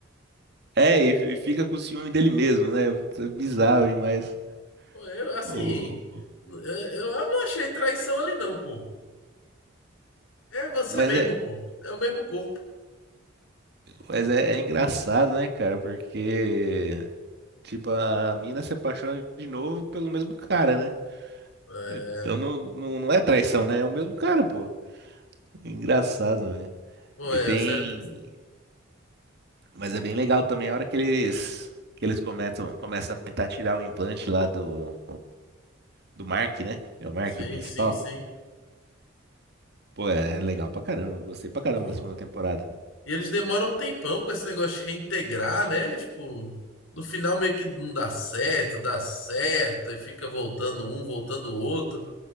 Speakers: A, on the right; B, on the left.
A: É, e, e fica com o ciúme dele mesmo, né? Puta, Bizarro demais.
B: Pô, eu, assim,
A: o-
B: eu, eu não achei traição ali, não, pô. É você
A: mas
B: mesmo,
A: é,
B: pô. É o mesmo corpo.
A: mas é é engraçado, né, cara? Porque. Tipo, a mina se apaixona de novo pelo mesmo cara, né?
B: É,
A: Então não, não, não é traição, né? É o mesmo cara, pô. Engraçado, velho.
B: pô,
A: E
B: é,
A: tem.
B: a série. é muito-
A: Mas é bem legal também a hora que eles, que eles começam, começam a tentar tirar o implante lá do, do Mark, né? É o Mark,
B: Sim,
A: o principal.
B: sim, sim.
A: Pô, é legal pra caramba. Eu gostei pra caramba
B: Pô.
A: da segunda temporada.
B: E eles demoram um tempão com esse negócio de reintegrar, né? Tipo, no final meio que não dá certo, dá certo, e fica voltando um, voltando o outro.